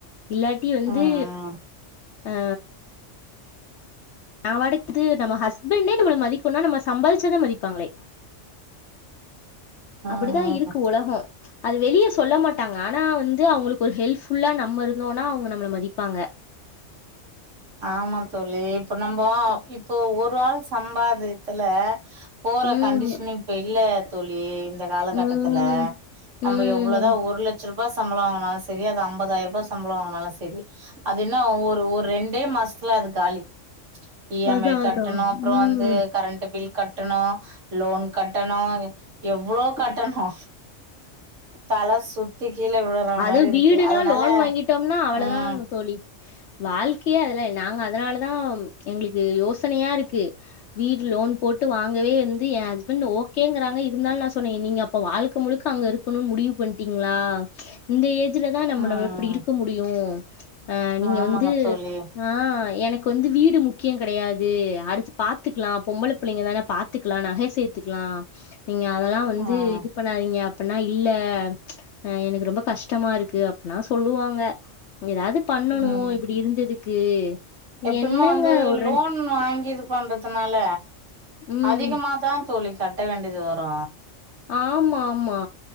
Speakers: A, on the left (about 70°); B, on the right (about 80°).
A: இல்லாட்டி வந்து
B: ம்
A: ஆ நா <unintelligible> நம்ம ஹஸ்பண்டே நம்மள மதிக்கொன்னா நம்ம சம்பாதிச்சாதா மதிப்பாங்ளே
B: ம்
A: அப்புடிதா இருக்கு
B: ம்
A: உலகொ அது வெளிய சொல்ல மாட்டாங்க ஆனா வந்து அவுங்களுக்கு ஒரு ஹெல்ஃபுல்லா நம்ம இருந்தோனா அவுங்க நம்மள மதிப்பாங்க
B: ஆமா தோழி இப்ப நம்ப இப்ப ஒரு ஆள் சம்பாதியத்துல போற
A: ம்
B: கண்டிஷன்ல இப்ப இல்ல தோழி இந்த காலகட்டத்துல
A: ம்
B: நம்ப
A: ம்
B: எவ்ளொதா ஒரு லட்ச ரு பா சம்பள வாங்குனாலு சரி அந்த அம்பதாயிருபா சம்பள வாங்குனாலு செரி அது என்ன ஒரு ஒரு ரெண் டே மாசத்துல அது காலி இ எம்
A: அதான்
B: ஐ கட்டனு
A: அதான்
B: அப்றொ
A: ம்
B: வந்து கரண்ட்டு பில் கட்டனு லோன் கட்டனு எவ்ளோ கட்டனு தல சுத்தி கீழ விழுற
A: அது
B: மாரி இருக்கு
A: வீடுனா
B: அதனால
A: லோன் வாங்கிட்டம்னா அவ்ள
B: ம்
A: தா தோழி வாழ்க்கையே அதுல நாங்க அதுனாலதா எங்ளுக்கு யோசனையா இருக்கு வீடு லோன் போட்டு வாங்கவே வந்து எ ஹஸ்பண்ட் ஓகேங்குறாங்க இருந்தாலு நா சொன்னே நீங்க அப்ப வாழ்க்க முழுக்க அங்க இருக்கனுன் முடிவு பண்ட்டீங்ளா இந்த ஏ ஞ்சுலதா நம்ம
B: ம்
A: நம்ம இப்படி இருக்க முடியு ஆ நீங்க
B: ஆமாங்க
A: வந்து
B: தோழி
A: ஆ எனக் இப்ப வந்து வீடு முக்கியங் கெடையாது அடுத்து பாத்துக்கலா பொம்பள பிள்ளைங்கதான பாத்துக்கலா நகை சேத்துக்கலா நீங்க அதெல்லா வந்து
B: ம்
A: இது பண்ணாதீங்க அப்பன்னா இல்ல ஆ எனக்கு ரொம்ப கஷ்டமா இருக்கு அப்பில்லா சொல்லுவாங்க ஏதாவது பண்ணணு
B: ம்
A: இப்படி இருந்ததுக்கு
B: எப்பயுமே
A: என்னங்க
B: வந்து
A: ஒரு
B: லோன் வாங்கி இது பண்றதுனால
A: ம்
B: அதிகமாதா தோழி கட்ட வேண்டியது வரு
A: ஆமா ஆமா